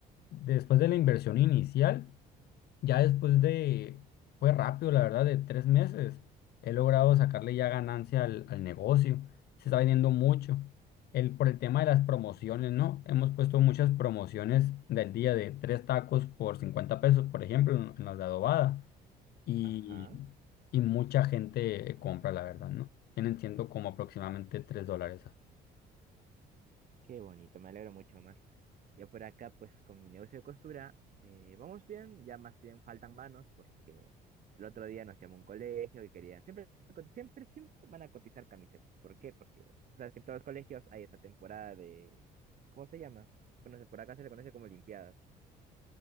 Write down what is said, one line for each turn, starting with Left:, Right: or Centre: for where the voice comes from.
Left: después de la inversión inicial. Ya después de, fue rápido, la verdad, de tres meses, he logrado sacarle ya ganancia al, al negocio. Se está vendiendo mucho. El, por el tema de las promociones, ¿no? Hemos puesto muchas promociones del día de tres tacos por 50 pesos, por ejemplo, en, en las de adobada. Y,
Right: Ajá.
Left: y mucha gente compra, la verdad, ¿no? Tienen siendo como aproximadamente 3 dólares.
Right: Qué bonito, me alegro mucho, Omar. Ya por acá, pues con mi negocio de costura, eh, vamos bien, ya más bien faltan manos porque el otro día nos llamó un colegio y querían, siempre, coti- siempre, siempre van a cotizar camisetas. ¿Por qué? Porque tú sabes que en todos los colegios hay esta temporada de, ¿cómo se llama? Bueno, se- por acá se le conoce como limpiadas,